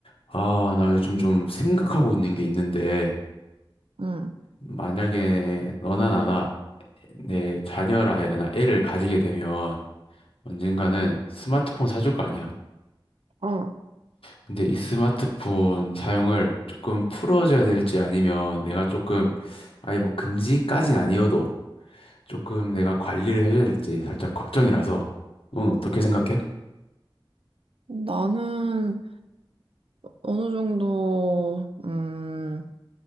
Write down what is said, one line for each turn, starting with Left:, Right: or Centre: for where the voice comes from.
Left: 아, 나 요즘 좀 생각하고 있는 게 있는데,
Right: 응.
Left: 만약에 너나 나나 내 자녀라 해야 되나? 애를 가지게 되면 언젠가는 스마트폰 사줄 거 아니야.
Right: 아,
Left: 근데 이 스마트폰 사용을 조금 풀어줘야 될지 아니면 내가 조금 아예 뭐 금지까진 아니어도 조금 내가 관리를 해줘야 될지 살짝 걱정이라서 넌 어떻게 생각해?
Right: 나는 어느 정도, 음,